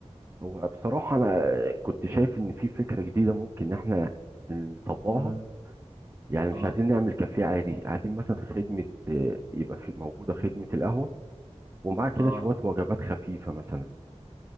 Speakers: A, on the right; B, on the right.
A: هو بصراحة انا آه، كنت شايف ان في فكرة جديدة ممكن ان احنا نطبقها
B: امم
A: يعني مش
B: اه
A: عايزين نعمل كافيه عادي عايزين مثلا خدمة آه، يبقى في موجودة خدمة القهوة ومعاه كده
B: اه
A: شوية وجبات خفيفة مثلا